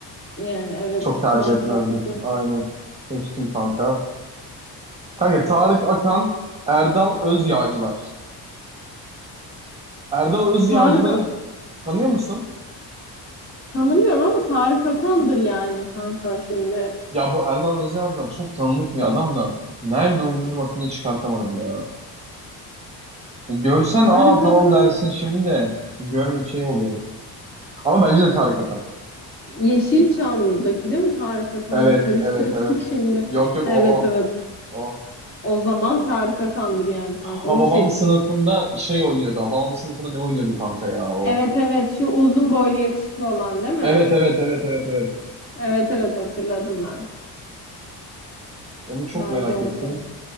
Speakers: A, on the left; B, on the right.
A: Yani evet
B: çok tercih
A: Kıvanç
B: etmezdim.
A: Tatlıtuğ.
B: Aynen seçtim kanka. Kanka Tarık Akan, Erdal Özyağcılar. Erdal
A: Hmm,
B: Özyağcıları
A: Tarık
B: tanıyor musun?
A: tanımıyorum ama Tarık Akan'dır yani kanka şimdi.
B: Ya bu Erdal Özyağcılar çok tanınık bir adam da. Nerede oynuyordu bak yine çıkartamadım ya. Görsen
A: Tarık
B: aa tamam
A: Akan
B: dersin şimdi de görme şey oluyor. Ama bence de Tarık Akan.
A: Yeşilçam'daki değil mi Tarık Akan?
B: Evet,
A: Karıştırdım
B: evet, evet.
A: <laughs> şimdi.
B: Yok yok
A: Evet
B: o o.
A: evet.
B: O.
A: O zaman Tarık Akan'dır yani kanka.
B: Ha
A: Onu
B: babam
A: seç.
B: sınıfında şey oynuyordu. Ha, babam sınıfında ne oynuyordu kanka ya o.
A: Evet evet şu uzun boylu yakışıklı olan değil mi?
B: Evet, evet, evet, evet, evet.
A: Evet evet hatırladım ben.
B: Onu çok
A: Bence
B: merak
A: onu
B: ettim.
A: seç.